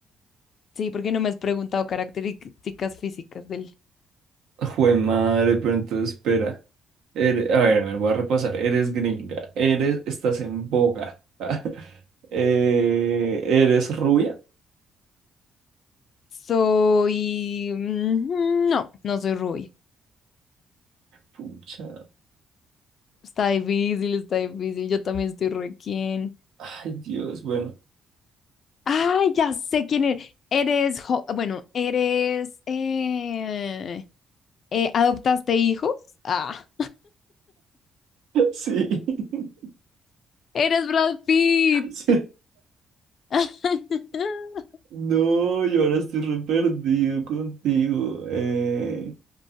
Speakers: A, on the left; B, on the right.
A: Sí, porque no me has preguntado características físicas de él.
B: Jue madre, pero entonces espera. Ere- a ver, a ver, voy a repasar. Eres gringa. Eres, estás en boga. <laughs> Eh, eres rubia.
A: Soy. mm, No, no soy rubia.
B: Pucha.
A: Está difícil, está difícil. Yo también estoy requien.
B: Ay, Dios, bueno.
A: Ay, ya sé quién eres. Eres, jo- bueno, eres, eh, eh, ¿adoptaste hijos? Ah,
B: <laughs> Sí. <laughs>
A: eres Brad Pitt.
B: Sí.
A: <laughs>
B: No, yo ahora estoy re perdido contigo. Eh,